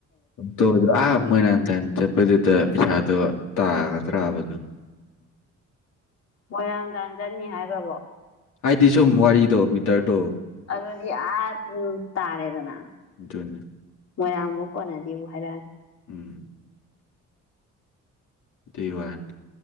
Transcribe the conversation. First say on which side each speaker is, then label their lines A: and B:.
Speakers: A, on the left (about 75°); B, on the left (about 55°).
A: ꯑꯣꯛꯇꯣꯗꯣ ꯑꯥꯞ ꯃꯣꯏꯔꯥꯡꯇꯥꯟ ꯆꯠꯄꯗꯨꯗ ꯄꯩꯁꯥꯗꯣ ꯇꯥꯒꯗ꯭ꯔꯕ ꯑꯗꯨꯝ
B: ꯃꯣꯏꯔꯥꯡꯇꯥꯟ ꯆꯠꯅꯤ ꯍꯥꯏꯒ꯭ꯔꯕꯣ
A: ꯍꯥꯏꯗꯤ ꯁꯨꯝ ꯋꯥꯔꯤꯗꯣ ꯃꯤꯇꯔꯗꯣ
B: ꯑꯗꯨꯗꯤ ꯑ ꯗꯨꯝ ꯇꯥꯔꯦꯗꯅ
A: ꯑꯗꯨꯅꯦ
B: ꯃꯣꯏꯔꯕꯨꯛ ꯀꯣꯅꯗꯦꯕꯨ ꯍꯥꯏꯔꯛꯑꯅꯤ
A: ꯎꯝ ꯥꯗꯨꯏ ꯋꯥꯅꯤ